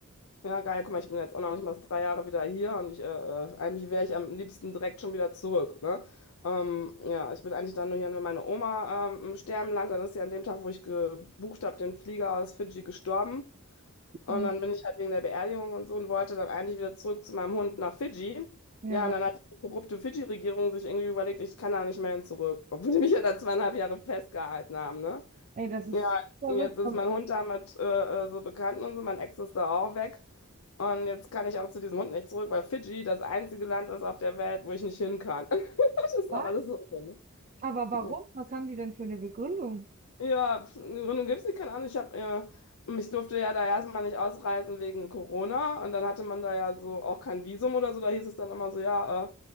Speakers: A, on the left (about 75°); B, on the right (about 35°).
A: Ja, geil, guck mal, ich bin jetzt auch noch nicht mal drei Jahre wieder hier und ich, äh, äh, eigentlich wäre ich am liebsten direkt schon wieder zurück, ne? Ähm, ja, ich bin eigentlich dann nur hier, wenn meine Oma ähm, im Sterben lag, dann ist sie an dem Tag, wo ich gebucht habe, den Flieger aus Fidschi gestorben. Und
B: Und,
A: dann bin ich halt wegen der Beerdigung und so und wollte dann eigentlich wieder zurück zu meinem Hund nach Fidschi.
B: ja,
A: Ja, und dann hat die korrupte Fidschi-Regierung sich irgendwie überlegt, ich kann da nicht mehr hin zurück, obwohl die mich ja da zweieinhalb Jahre festgehalten haben, ne?
B: ey, das ist
A: Ja,
B: verrückt.
A: jetzt ist
B: Aber-
A: mein Hund da mit äh, äh, so Bekannten und so, mein Ex ist da auch weg. Und jetzt kann ich auch zu diesem Hund nicht zurück, weil Fidschi das einzige Land ist auf der Welt, wo ich nicht hin kann. <laughs> Das ist
B: Was?
A: auch alles so. drin.
B: Aber warum?
A: Ne?
B: Was haben die denn für eine Begründung?
A: Ja, pf, eine Gründung gibt es nicht, keine Ahnung. Ich habe, äh, ich durfte ja da erstmal nicht ausreisen wegen Corona und dann hatte man da ja so auch kein Visum oder so. Da hieß es dann immer so, ja,